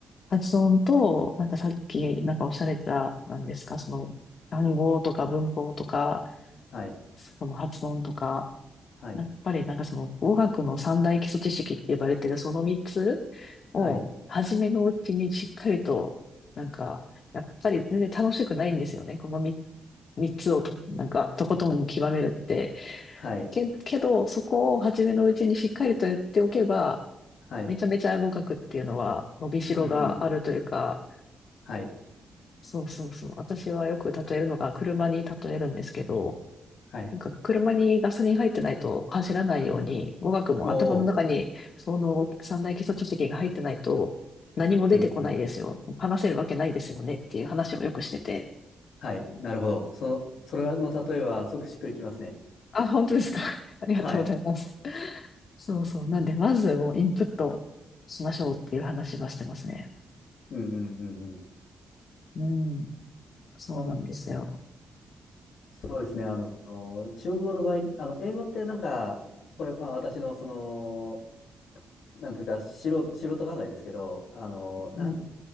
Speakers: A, on the left; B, on the left.
A: 発音と、なんかさっき、なんかおっしゃられてた、なんですか、その、単語とか文法とか、
B: はい、
A: その発音とか、
B: はい、
A: やっぱりなんかその語学の三大基礎知識って呼ばれてるその三つを初めのうちにしっかりとなんかやっぱり全然楽しくないんですよね。
B: はい、
A: この三、三つをと、なんかとことん極めるって。
B: はい、
A: け、けどそこを初めのうちにしっかりとやっておけば
B: はい、
A: めちゃめちゃ語学っていうのは伸びしろがあるというか
B: うん、はい、
A: そうそうそう。私はよく例えるのが車に例えるんですけど
B: はい。
A: なんか車にガソリン入ってないと走らないように、語学も頭の中にその三大基礎知識が入ってないと何も出てこないですよ。
B: おお、うん、うん。
A: 話せるわけないですよねっていう話をよくしてて。
B: はい。なるほど。その、それの例えは、すごくしっくりきますね。
A: あ、本当ですか。<laughs> ありがとうございます。
B: はい。
A: そうそう。なんで、まずをインプットしましょうっていう話はしてますね。
B: うんうんうんうん。
A: うん。そうなんですよ。
B: ほんそうですね。あの、中国語の場合、あの、英語ってなんか、これ、まあ私の、その、なんていうか、素人、素人考えですけど、あの、なん、
A: うん。